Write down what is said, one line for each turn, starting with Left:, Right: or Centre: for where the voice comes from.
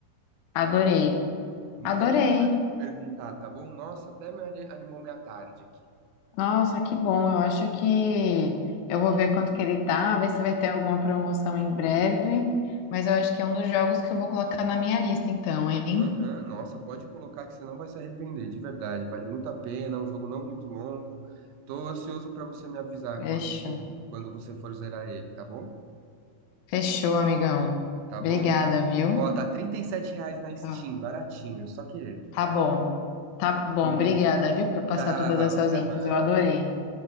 Left: Adorei.
Right: Muito
Left: Adorei.
Right: obrigado por perguntar, tá bom? Nossa, até me ani- animou minha tarde aqui.
Left: Nossa, que bom. Eu acho que eu vou ver quanto que ele tá, ver se vai ter alguma promoção em breve. Mas eu acho que é um dos jogos que eu vou colocar na minha lista, então, hein?
Right: Aham, nossa, pode colocar que você não vai se arrepender, de verdade. Vale muito a pena, é um jogo não muito longo. Tô ansioso pra você me avisar
Left: Fechou.
Right: quanto que quando você for zerar ele, tá bom?
Left: Fechou, amigão.
Right: Tá
Left: Obrigada,
Right: bom?
Left: viu?
Right: Ó, tá 37 reais na Steam,
Left: Tá
Right: baratinho, só querer.
Left: tá bom. Tá bom,
Right: <laughs>
Left: obrigada, viu, por passar
Right: Tchau,
Left: todas essas
Right: até
Left: infos.
Right: mais.
Left: Eu adorei.